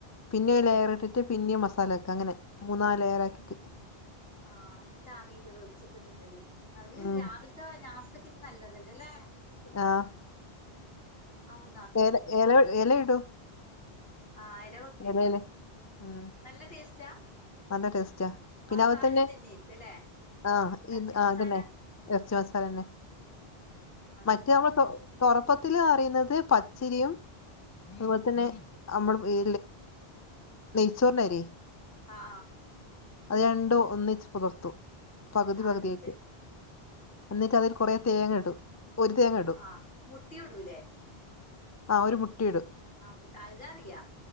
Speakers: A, on the left; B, on the left.
A: പിന്നെ ലെയർ ഇട്ടിട്ട് പിന്നേം മസാല ആക്ക അങ്ങനെ മൂന്നാല് ലെയർ ആക്കിയിട്ട്
B: ആഹ് അന്നിട്ട് ആവീൽ വേവിച്ചിട്ട് തിന്നലി അത്
A: ഉം
B: രാവിലെ <unintelligible> നല്ലതല്ലല്ലേ
A: ആഹ്
B: അവ ഒന്ന ആക്കി
A: ഏല
B: നോക്കണം
A: എല എല ഇടും
B: ആഹ് എല വെ
A: എലേല് ഉം
B: നല്ല ടേസ്റ്റാ
A: നല്ല ടേസ്റ്റാ പിന്നെ
B: മസാല
A: അവത്തന്നെ
B: ഇതന്നെ ആയിരിക്കും അല്ലെ
A: ആഹ്
B: ഇറച്ചി
A: ഇ ആ
B: മസാല
A: അതന്നെ ഇറച്ചി മസാല തന്നെ
B: ആ അതൊന്നാക്കി
A: മറ്റേ നമ്മള് തൊ
B: നോക്കണം
A: തൊറ അപ്പത്തില് അരയുന്നത് പച്ചരിയും അതുപോലെ തന്നെ നമ്മള് ഏ നെയ്ച്ചോറിനരി
B: ആഹ്
A: അത് രണ്ടും ഒന്നിച്ച് പകർത്തു പകുതി
B: ആ
A: പകുതി
B: എന്നിട്ട്
A: ആയിട്ട് എന്നിട്ട് അതിൽ കുറേ തേങ്ങ ഇടും ഒരു തേങ്ങ ഇടും
B: ആ മുട്ടയൂടൂലേ
A: ആ ഒരു മുട്ടയിടും
B: ആ മുട്ട അതറിയ